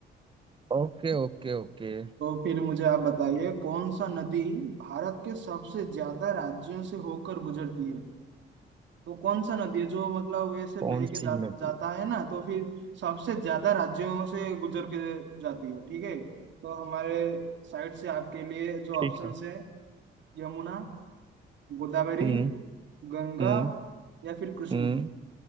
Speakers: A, on the right; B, on the right.
A: okay okay ओके
B: तो फिर मुझे आप बताइए कौन सा नदी भारत के सबसे ज्यादा राज्यों से होकर गुजरती है वो कौन सा नदी है जो मतलब ऐसे
A: कौन
B: बह के
A: सी
B: जा,
A: नदी
B: जाता है ना तो फिर सबसे ज्यादा राज्यों से गुजर के जाती है ठीक है तो हमारे साइड से आपके लिए जो
A: ठीक
B: ऑप्शंस
A: है
B: है यमुना गोदावरी
A: हम्म
B: गंगा
A: हम्म
B: या फिर कृष्णा
A: हम्म